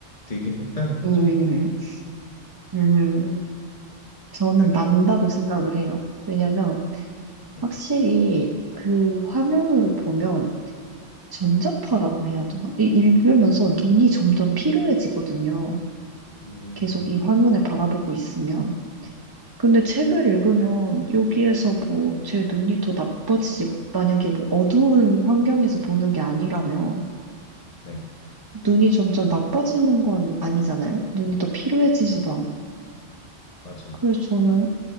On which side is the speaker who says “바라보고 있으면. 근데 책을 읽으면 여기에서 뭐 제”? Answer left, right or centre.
Right